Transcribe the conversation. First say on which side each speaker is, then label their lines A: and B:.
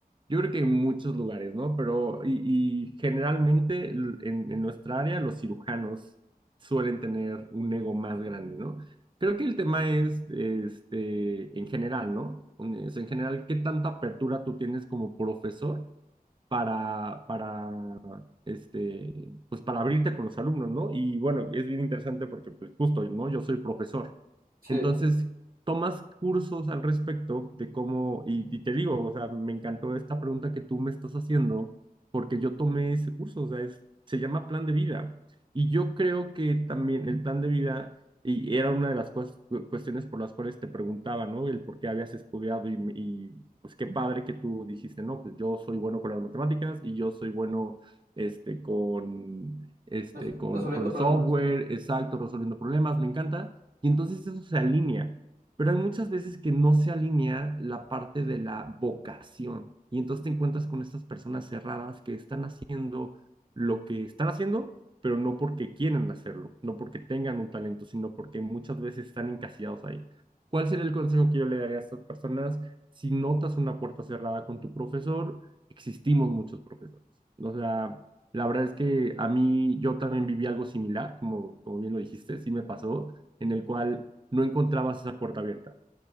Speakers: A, on the right; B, on the right.
A: Yo creo que en muchos lugares, ¿no? Pero, y, y generalmente l- en, en nuestra área los cirujanos suelen tener un ego más grande, ¿no? Creo que el tema es, este, en general, ¿no? Un- Es en general, ¿qué tanta apertura tú tienes como profesor para, para, este, pues para abrirte con los alumnos, ¿no? Y bueno, es bien interesante porque, pues justo, ¿no? Yo soy profesor.
B: Sí,
A: Entonces, tomas cursos al respecto de cómo, y, y te digo, o sea, me encantó esta pregunta que tú me estás haciendo, porque yo tomé ese curso, o sea, es, se llama plan de vida. Y yo creo que también el plan de vida, y era una de las cues- cuestiones por las cuales te preguntaba, ¿no? El por qué habías estudiado y, y pues qué padre que tú dijiste, no, pues yo soy bueno con las matemáticas y yo soy bueno, este, con, este,
B: res-
A: con,
B: resolviendo
A: con los
B: problemas.
A: software, exacto, resolviendo problemas, me encanta y entonces eso se alinea. Pero hay muchas veces que no se alinea la parte de la vocación y entonces te encuentras con estas personas cerradas que están haciendo lo que están haciendo, pero no porque quieren hacerlo, no porque tengan un talento, sino porque muchas veces están encasillados ahí. ¿Cuál sería el consejo que yo le daría a estas personas? Si notas una puerta cerrada con tu profesor, existimos muchos profesores. O sea, la verdad es que a mí yo también viví algo similar, como, como bien lo dijiste, sí me pasó en el cual no encontrabas esa puerta abierta.